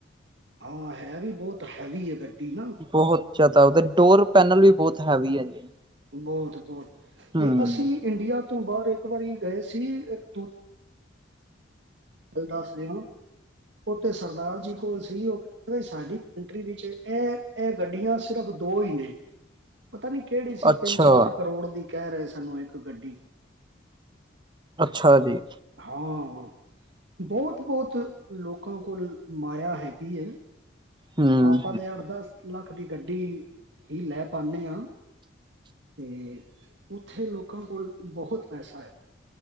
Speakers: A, on the right; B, on the right.
A: ਹਾਂ ਹੈ ਵੀ ਬਹੁਤ ਹੈਵੀ ਆ ਗੱਡੀ ਨਾ।
B: ਬਹੁਤ ਜ਼ਿਆਦਾ ਉਹਦੇ ਡੋਰ ਪੈਨਲ ਵੀ ਬਹੁਤ ਹੈਵੀ ਹੈ ਜੀ।
A: ਬਹੁਤ ਬਹੁਤ
B: ਹਮ
A: ਤੇ ਅਸੀਂ ਇੰਡੀਆ ਤੋਂ ਬਾਹਰ ਇੱਕ ਵਾਰੀ ਗਏ ਸੀ ਇੱਕ ਦੂਜ। ਦੱਸਦੇ ਓ ਉਥੇ ਤੇ ਸਰਦਾਰ ਜੀ ਕੋਲ ਸੀ। ਉਹ ਸਾਡੀ ਕੰਟਰੀ ਵਿੱਚ ਇਹ ਇਹ ਗੱਡੀਆਂ ਸਿਰਫ ਦੋ ਹੀ ਨੇ। ਪਤਾ ਨੀ ਕਿਹੜੀ ਸੀ
B: ਅੱਛਾ
A: ਤਿੰਨ ਚਾਰ ਕਰੋੜ ਦੀ ਕਹਿ ਰਹੇ ਸਨ ਇੱਕ ਗੱਡੀ
B: ਅੱਛਾ ਜੀ।
A: ਹਾਂ ਹਾਂ। ਬਹੁਤ ਬਹੁਤ ਲੋਕਾਂ ਕੋਲ ਮਾਇਆ ਹੈਗੀ ਹੈ।
B: ਹਮ
A: ਆਪਾਂ ਤੇ ਅੱਠ ਦਸ ਲੱਖ ਦੀ ਗੱਡੀ ਹੀ ਲੈ ਪਾਉਦੇ ਹਾਂ। ਅਤੇ ਉੱਥੇ ਲੋਕਾਂ ਕੋਲ ਬਹੁਤ ਪੈਸਾ ਏ।